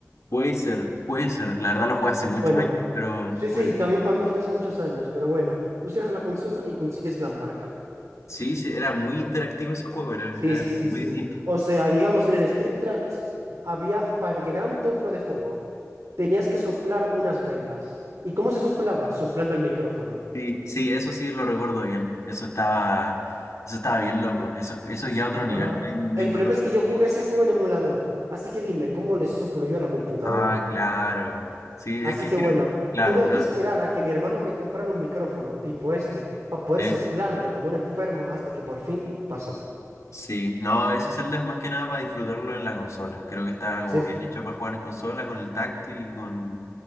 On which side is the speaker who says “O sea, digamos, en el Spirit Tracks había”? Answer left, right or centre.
Right